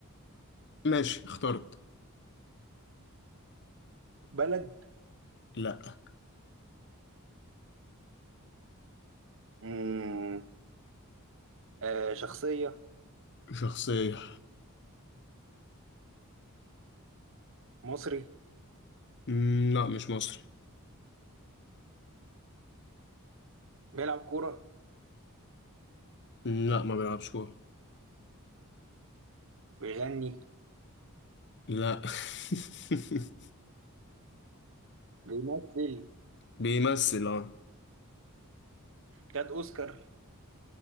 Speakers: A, on the left; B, on the right.
A: ماشي اخترت
B: بلد
A: لا
B: مم، آه شخصية
A: شخصية
B: مصري
A: مم، لا مش مصري
B: بيلعب كورة
A: مم، لا ما بيلعبش كورة
B: بيغني
A: لا <laughs>
B: بيمثل
A: بيمثل اه
B: خد اوسكار